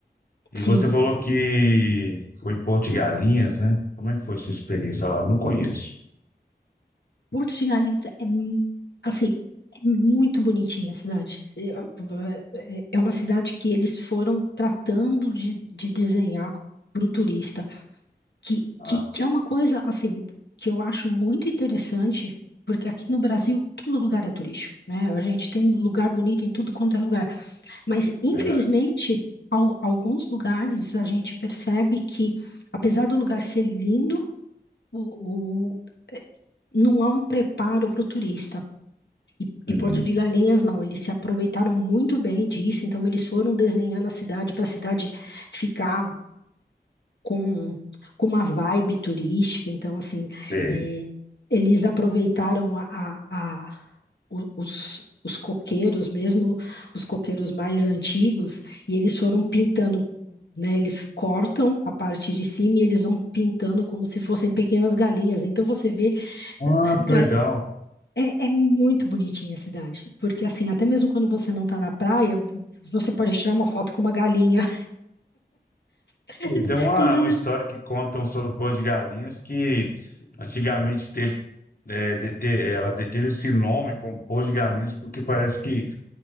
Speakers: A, on the left; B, on the left.
A: E
B: Sim,
A: você falou que foi em Porto de Galinhas, né? Como é que foi sua experiência lá? Eu não conheço.
B: Porto de Galinhas é mu- assim, é muito bonitinha a cidade. É, é é uma cidade que eles foram tratando de, de desenhar para o turista. que,
A: Ah,
B: que, que é uma coisa, assim, que eu acho muito interessante, porque aqui no Brasil todo lugar é turístico, né? A gente tem lugar bonito em tudo quanto é lugar, mas infelizmente,
A: verdade.
B: al- alguns lugares a gente percebe que, apesar do lugar ser lindo, o, o- eh, não há um preparo para o turista. E,
A: Uhum.
B: e Porto de Galinhas, não, eles se aproveitaram muito bem disso, então eles foram desenhando a cidade para a cidade ficar com, com uma vibe turística. Então, assim,
A: Sei.
B: é, eles aproveitaram a, a- a- o- os, os coqueiros, mesmo os coqueiros mais antigos, e eles foram pintando, né? Eles cortam a parte de cima e eles vão pintando como se fossem pequenas galinhas. Então, você vê,
A: Ah,
B: gal-
A: que legal.
B: é, é muito bonitinha a cidade, porque, assim, até mesmo quando você não está na praia, você pode tirar uma foto com uma galinha. <laughs>
A: Tem uma,
B: Tem vezes-
A: uma história que contam sobre Porto de Galinhas que antigamente teve, é, dete- ela deteve esse nome como Porto de Galinhas porque parece que